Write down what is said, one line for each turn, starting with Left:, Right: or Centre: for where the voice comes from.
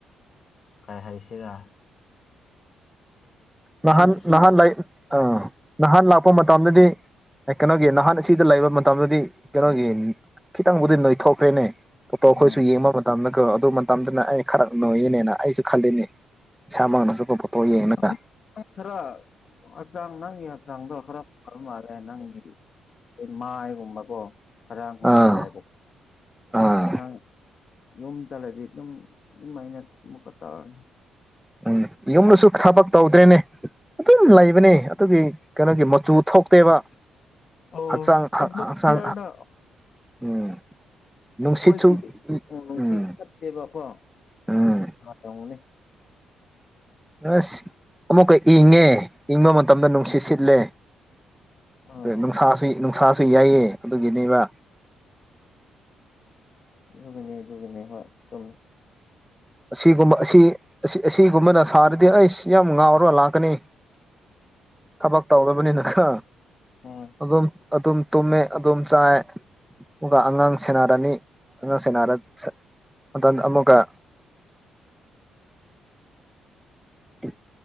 Left: ꯀꯥꯏ ꯍꯥꯏꯁꯤꯔꯥ
Centre: ꯅꯍꯥꯟ
Left: ꯌꯥꯝ ꯊꯤꯅ
Centre: ꯅꯍꯥꯟ ꯑ ꯅꯍꯥꯟ ꯂꯥꯛꯄ ꯃꯇꯝꯗꯗꯤ ꯑꯦ ꯀꯩꯅꯣꯒꯤ ꯅꯍꯥꯟ ꯁꯤꯗ ꯂꯩꯕ ꯃꯇꯝꯗꯗꯤ ꯀꯩꯅꯣꯒꯤ ꯈꯤꯇꯪꯕꯨꯗꯤ ꯅꯣꯏꯊꯣꯛꯈ꯭ꯔꯦꯅꯦ ꯄꯣꯇꯣ ꯑꯩꯈꯣꯏꯁꯨ
Left: ꯎꯝ
Centre: ꯌꯦꯡꯕ ꯃꯇꯝꯗ ꯀꯣ ꯑꯗꯨ ꯃꯇꯝꯗꯅ ꯑꯩꯅ ꯈꯔ ꯅꯣꯏꯒꯤꯅꯦꯅ ꯑꯩꯁꯨ ꯈꯜꯂꯤꯅꯦ ꯏꯁꯥꯃꯛꯅꯁꯨꯀꯣ ꯄꯣꯇꯣ ꯌꯦꯡꯉꯒ
Left: ꯍꯧꯖꯤꯛ ꯈꯔ ꯍꯛꯆꯥꯡ ꯅꯪꯒꯤ ꯍꯛꯆꯥꯡꯗꯣ ꯈꯔ ꯐꯕ ꯃꯥꯜꯂꯦ ꯅꯪꯒꯤ ꯃꯥꯏꯒꯨꯝꯕꯀꯣ ꯈꯔ ꯉꯥꯜꯂꯦꯕ
Centre: ꯑꯥ ꯑꯥ
Left: ꯅꯪ ꯌꯣꯨꯝ ꯆꯠꯂꯗꯤ ꯑꯗꯨꯝ ꯑꯗꯨꯝ ꯑꯩꯅ ꯑꯃꯨꯛꯀ ꯇꯧꯔꯅꯤ
Centre: ꯎꯝ ꯌꯨꯝꯗꯁꯨ ꯊꯕꯛ ꯇꯧꯗ꯭ꯔꯦꯅꯦ ꯑꯗꯨꯝ ꯂꯩꯕꯅꯦ ꯑꯗꯨꯒꯤ ꯀꯩꯅꯣꯒꯤ ꯃꯆꯨ ꯊꯣꯛꯇꯦꯕ
Left: ꯑꯣ
Centre: ꯍꯛꯆꯥꯡ
Left: ꯑꯦꯠꯃꯣꯁꯐꯤꯌꯔꯅ
Centre: ꯍꯛꯆꯥꯡ ꯎꯝ ꯅꯨꯡꯁꯤ
Left: ꯑꯩꯈꯣꯏꯒꯤ
Centre: ꯆꯨ
Left: ꯅꯨꯡꯁꯤꯠ
Centre: ꯎꯝ
Left: ꯐꯠꯇꯦꯕꯀꯣ
Centre: ꯎꯝ
Left: ꯇꯧꯅꯤ
Centre: ꯑꯁ ꯑꯃꯨꯛꯀ ꯏꯪꯉꯦ ꯏꯪꯕ ꯃꯇꯝꯗ ꯅꯨꯡꯁꯤꯠ ꯁꯤꯠꯂꯦ
Left: ꯑꯥ
Centre: ꯑ ꯅꯨꯡꯁꯥꯁꯨ ꯅꯨꯡꯁꯥꯁꯨ ꯌꯥꯏꯑ ꯑꯗꯨꯒꯤꯅꯦꯕ
Left: ꯑꯒꯅꯦ ꯕꯅꯦ ꯍ ꯆꯃ
Centre: ꯑꯁꯤꯒꯨꯝꯕ ꯑꯁꯤ ꯑꯁꯤꯒꯨꯝꯕꯅ ꯁꯥꯔꯗꯤ ꯑꯩꯁ ꯌꯥꯝ ꯉꯥꯎꯔꯒ ꯂꯥꯛꯀꯅꯤ ꯊꯕꯛ ꯇꯧꯗꯕꯅꯤꯅꯀ
Left: ꯎꯝ
Centre: ꯑꯗꯨꯝ ꯑꯗꯨꯝ ꯇꯨꯝꯃꯦ ꯑꯗꯨꯝ ꯆꯥꯏ ꯑꯃꯨ ꯑꯉꯥꯡ ꯁꯦꯟꯅꯔꯅꯤ ꯑꯉꯥꯡ ꯁꯦꯟꯅꯔꯗ ꯑꯃꯨꯛꯀ ꯎ